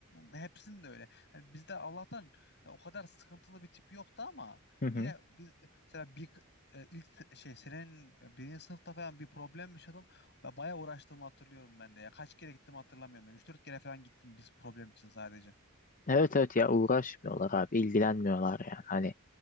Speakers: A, on the left; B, on the left.
A: hepsinde öyle. Hani bizde Allah'tan o kadar sıkıntılı bir tip yoktu ama
B: Hı hı.
A: yine biz mesela bir e, ilk se- şey senin birinci sınıfta falan bir problem yaşadım. Ba- Bayağı uğraştığımı hatırlıyorum ben de ya. Kaç kere gittim hatırlamıyorum. üç dört kere falan gittim biz problem için sadece.
B: Evet evet ya uğraşmıyorlar abi ilgilenmiyorlar yani. Hani